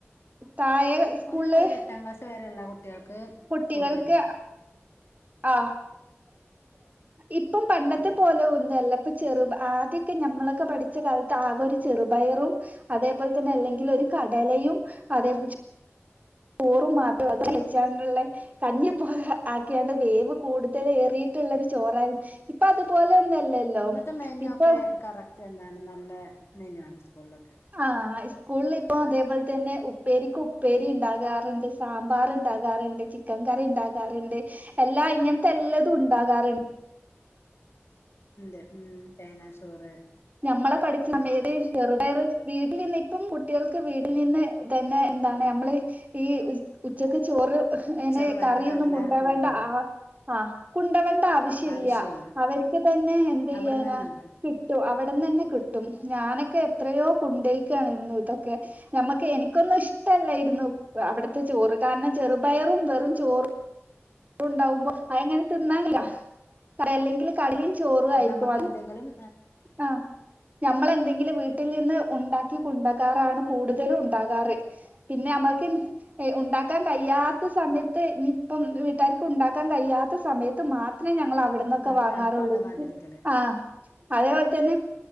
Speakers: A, on the right (about 35°); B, on the left (about 65°).
A: താഴെ സ്കൂളില്
B: ഒന്നു മുതൽ എട്ടാം ക്ലാസ് വരെ ഉള്ള കുട്ടികൾ കുട്ടികൾക്ക്
A: കുട്ടികൾക്ക്
B: ഫുഡ്ണ്ട്
A: ആ ഇപ്പം പണ്ടത്തെ
B: ഉണ്ട്
A: പോലെ ഒന്ന് ആദ്യൊക്കെ നമ്മളൊക്കെ പഠിച്ച കാലത്ത് ആകെ ഒരു ചെറുപയറും അതേപോലെ തന്നെ അല്ലെങ്കിൽ ഒരു കടലയും അതേ- ചോറും മാത്രം അത് വെച്ചാണ്ടുള്ള കഞ്ഞിപ്പ ആക്കിയാണ്ട് വേവ കൂടുതലേറി ചോറരുന്നു ഇപ്പ അതുപോലെ ഒന്നല്ലല്ലോ
B: ഇന്നത്തെ മെനു
A: ഇപ്പൊ
B: ഒക്കെ കറക്റ്റ് എന്താണ് നല്ല- മെനു ആണ് സ്കൂളിലൊക്കെ
A: ആഹ് സ്കൂളിൽ ഇപ്പൊ അതേപോലെ തന്നെ ഉപ്പേരിക്ക് ഉപ്പേരി ഉണ്ടാകാറുണ്ട് സാമ്പാർ ഉണ്ടാകാറുണ്ട് ചിക്കൻ കറി ഉണ്ടാകാറുണ്ട് എല്ലാ ഇങ്ങനത്തെ എല്ലതും ഉണ്ടാകാറുണ്ട്
B: ഉണ്ട് മം തേങ്ങാ ചോറ്
A: നമ്മളെ പഠിച്ച സമയ ചെറുതയ വീട്ടിൽ നിന്ന് ഇപ്പം കുട്ടികൾക്ക് വീട്ടിൽ നിന്ന് തന്നെ എന്താണ് നമ്മൾ ഈ ഉച്ചക്ക് ചോറ്- അതിനു
B: ചെറുപയർ
A: കറിയൊന്നും
B: കടല
A: കൊണ്ടകണ്ട
B: എന്ത് ചെയ്യണം
A: ആ- ആ കുണ്ടവൻ ആശ്യ ഇില്ല
B: ആവശ്യല്ല
A: അവർക്ക് തന്നെ എന്ത് ചെയ്യാന
B: അവിടന്ന് തന്നെ ഉണ്ട്
A: കിട്ടും തന്നെ കിട്ടും ഞാനൊക്കെ എത്രയോ കൊണ്ടക്കയാണ് ഇരുന്നു ഇതൊക്കെ നമ്മക്ക് എനിക്കൊന്നും ഇഷ്ടല്ല ഇരുന്നു അവിടത്തെ ചോറ് കാരണം ചെറുപയറും വെറും ചോറണ്ടാവുമ്പോ അങ്ങനെ തിന്നാല്ല അല്ലെിൽ കട ചോറു
B: അപ്പൊ
A: ആയിരിക്കും
B: നമുക്ക് എന്തെങ്കിലും
A: അ- നമ്മൾ എന്തെങ്കിലും വീട്ടിൽ വീട്ടിൽ നിന്ന് ഉണ്ടാക്കി കൂടുതലും ഉണ്ടാകാറ് പിന്നെ നമ്മൾക്ക് ഉണ്ടാക്കാൻ കഴിയാത്ത സമയത്ത് ഇനിപ്പം വീട്ടാർക്ക് ഉണ്ടാക്കാൻ കഴിയാത്ത സമയത്ത് മാത്രം ഞവിടൊക്കെ
B: മാത്രമാണ്
A: വാങ്ങാറുള്ളൂ
B: കൊണ്ടവാതിരിക്കല്
A: എ അപലെ <unintelligible>